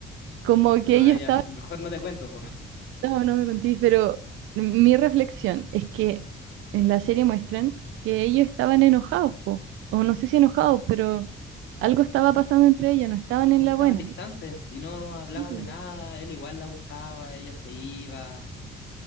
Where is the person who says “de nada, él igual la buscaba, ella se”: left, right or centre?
Left